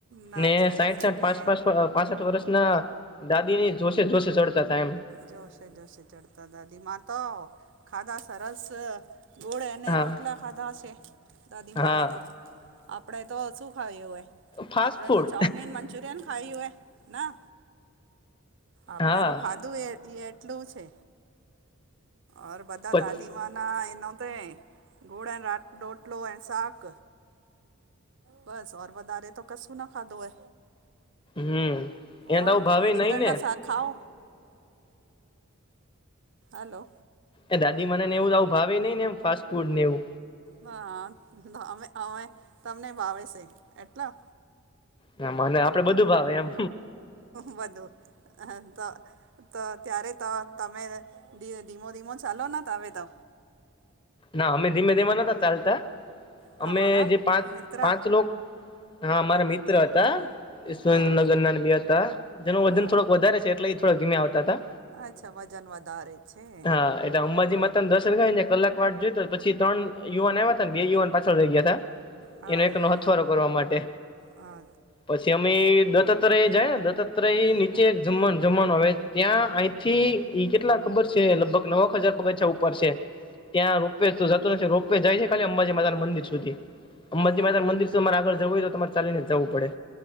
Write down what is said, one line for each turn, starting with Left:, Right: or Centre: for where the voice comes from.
Right: ના
Left: ને
Right: ચડી
Left: સાહીઠ
Right: શકે
Left: સાઠ પાંચ પાંચ પ અ પાસઠ વર્ષ ના દાદી ને જોશે જોશે ચડતા તા એમ.
Right: જોશે જોશે ચઢતાતા દાદી મા તો ખાધા સરસ ગોળે એને
Left: હા
Right: રોટલા ખાધા હશે દાદી
Left: હા
Right: માને તો. આપડે તો શું ખાયું હે
Left: ફાસ્ટ
Right: આપડે
Left: ફૂડ
Right: તો ચાઉમીન, મંચુરિયન ખાયુ હે. ના આપડે
Left: હા
Right: તો ખાધું એ એટલું છે. ઔર બધા
Left: પછ
Right: દાદીમાંના એનોતે ગુળ રાત ડોટલો એન સાક. બસ ઓર વધારે તો કસું ના ખાધો એ.
Left: હમ એને
Right: ઓર
Left: તો આવું
Right: તમે
Left: ભાવે
Right: રીંગણ
Left: નહી ને
Right: ના શાક ખાઓ હલો.
Left: એ દાદી મા નેવું આવું ભાવે નઈ ને એમ ફાસ્ટ ફૂડ નેવું.
Right: હા તો અમે અમે તમને ભાવે સે એટલા
Left: ના મને આપડે બધું ભાવે એમ.
Right: બધું હ તો તો ત્યારે તો તમે ધી ધીમો ધીમો ચાલો ને તમે તો.
Left: ના અમે ધીમે ધીમે નતા ચાલતા
Right: તો
Left: અમે
Right: અમારા
Left: જે પાંચ
Right: મિત્ર
Left: પાંચ લોક હા મારા મિત્ર હતા સુરેન્દ્રનગર
Right: હવે
Left: ના બે હતા જેનું વજન
Right: હા
Left: થોડોક વધારે છે એટલે ઈ થોડા ઘીમે આવતા તા.
Right: અચ્છા વજન વધારે છે.
Left: હ એટા અંબાજી મા તન દર્શન કરાઈન એક કલાક વાટ જોતો પછી ત્રન યુવાન આય્વા તાન બે યુવાન પાછળ રહી ગ્યાતા.
Right: હા
Left: એનો એકનો હથવારો કરવા માટે
Right: હા
Left: પછી એમ અમે દત્તાત્રય જયાને દત્તાત્રય નીચે એક જમાન જમનું આવે ત્યાં અહીંથી ઈ કેટલા ખબર છે લગભગ નવક હજાર પગથ્યા ઉપર છે. ત્યાં રોપવે તો જતું નથી રોપ જાય છે ખાલી અંબાજી માતા ના મંદિર સુધી
Right: હા
Left: અંબાજી માતાન મંદિર તમાર આગળ જવું હોય તો તમારે ચાલી ને જવું પડે.